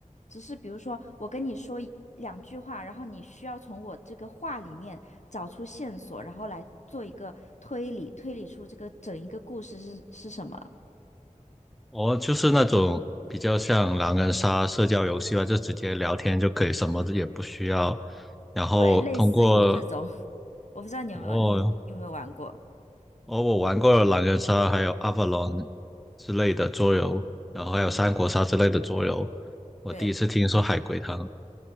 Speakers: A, on the left; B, in the centre.
A: 只是比如说我跟你说一两句话，然后你需要从我这个话里面找出线索，然后来做一个推理，推理出这个整一个故事是是什么。
B: 哦，就是那种比较像狼人杀社交游戏吧，就直接聊天就可以，什么也不需要。然后通过
A: 对，类似于这种，<laughs> 我不知道你有没有你有没有玩过？
B: 哦，哦，我玩过了狼人杀，还有 Avalon 之类的桌游，然后还有三国杀之类的桌游。我第一次听说海龟汤，
A: 对，